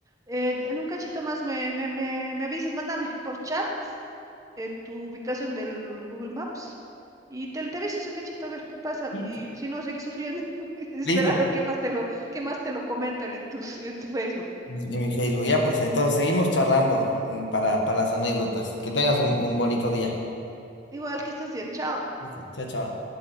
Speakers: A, on the right (about 20°); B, on the left (about 70°).
A: Eh, en un cachito más me, me, me, me avisas, mándame por chat eh, tu ubicación del Google Maps y te, te aviso ese cachito a ver qué pasa.
B: Ya.
A: Y si no, seguí sufriendo. <laughs> Espera
B: Listo,
A: a ver qué más te lo, qué más te lo comentan en tus, en tu Facebook.
B: pues, en mi Facebook. Ya, pues entonces seguimos charlando mm, para, para las anécdotas. Que tengas un, un bonito día.
A: Igual que estés bien, chao.
B: Listo, Chao, chao.